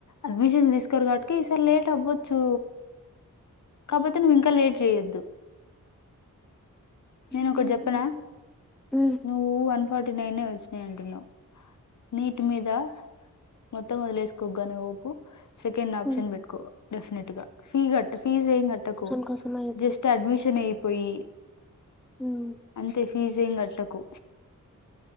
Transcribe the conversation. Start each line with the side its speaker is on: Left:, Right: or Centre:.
Left: అడ్మిషన్స్ తీసుకోరు గాబట్టికీ ఈసారి లేట్ అవ్వొచ్చూ. కాకపోతే నువ్ ఇంకా లేట్. చేయద్దు
Centre: ఉమ్,
Left: నేను ఒకటి చెప్పనా
Centre: ఉమ్,
Left: నువ్వు వన్ ఫార్టీ నైనే వచ్చినయి అంటున్నావు. నీట్ మీదా మొత్తం వదిలేసుకోకుగాని సోంపు. సెకెండ్ ఆప్షన్
Centre: ఉమ్.
Left: బెట్కో డెఫినెట్ గా ఫీ కట్ ఫీస్ ఏం గట్టకు.
Centre: ఇంక హోపున్నాయే
Left: జస్ట్ అడ్మిషన్ అయిపోయి
Centre: ఉమ్.
Left: అంతే ఫీజ్ ఏం గట్టకు.